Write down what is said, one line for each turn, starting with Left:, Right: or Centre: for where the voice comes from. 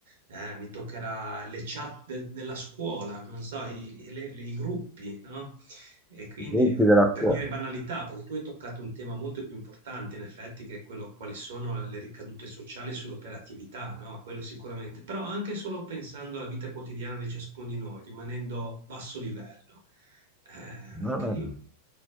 Right: Eh, mi toccherà le chat de- della scuola, non so, i, le- le- i gruppi, no? E quindi
Centre: I gruppi
Right: eh,
Centre: della
Right: per
Centre: scuola.
Right: dire banalità, perché tu hai toccato un tema molto più importante, in effetti, che è quello quali sono le ricadute sociali sull'operatività, no? Quello sicuramente, però anche solo pensando alla vita quotidiana di ciascuno di noi, rimanendo a basso livello, eh,
Centre: No,
Right: anche
Centre: no.
Right: lì